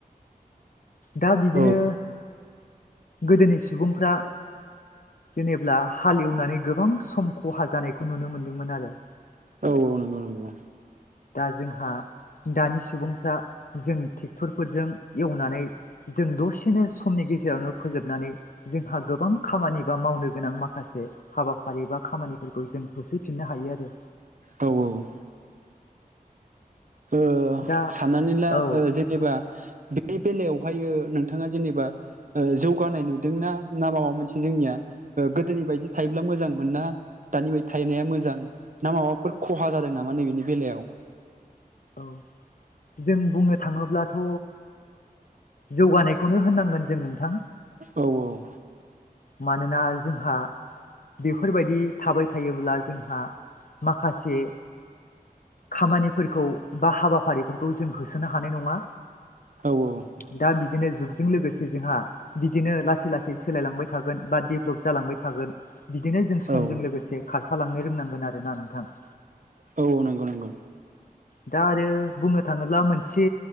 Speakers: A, on the left; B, on the right.
A: दा बिदिनो
B: औ
A: गोदोनि सुबुंफ्रा जेनब्ला हालेवनानै गोबां सम खहा जानायखौ नुनो मोन्दोंमोन आरो
B: औ औ नंगौ नंगौ
A: दा जोंहा दानि सुबुंफ्रा जों ट्रेक्टरफोरजों एवनानै जों दसेनो समनि गेजेरावनो फोजोबनानै जोंहा गोबां खामानि बा मावनो गोनां माखासे हाबाफारि बा खामानिफोरखौ जों होसोफिननो हायो आरो
B: औ औ ओ
A: दा
B: साननानै ला
A: औ
B: ओ जों जेनेबा बे बेलायावहायो नोंथाङा जेनेबा जौगानाय नुदोंना ना माबा मोनसे जोंनिया गोदोनि बायदि थायोब्ला मोजां मोनना? दानि बायदि थाहैनाया मोजां ना माबाफोर खहा जादों नामा नैबेनि बेलायाव
A: औ जों बुंनो थाङोब्लाथ' जौगानायखौनो होननांगोन जों नोंथां।
B: औ औ।
A: मानोना जोंहा। बेफोरबायदि थाबाय थायोब्ला जोंहा माखासे। खामानिफोरखौ बा हाबाफारिफोरखौ जों होसोनो हानाय नङा।
B: औ औ।
A: दा बिदिनो जुगजों लोगोसे जोंहा बिदिनो लासै लासै सोलायलांबाय। थागोन बा देभेलप जालांबाय थागोन बिदिनो जों समजों
B: औ
A: लोगोसे। एसे खारफालांनो रोंनांगोन आरो ना नोंथां।
B: औ औ नंगौ नंगौ।
A: दा आरो बुंनो थाङोब्ला मोनसे।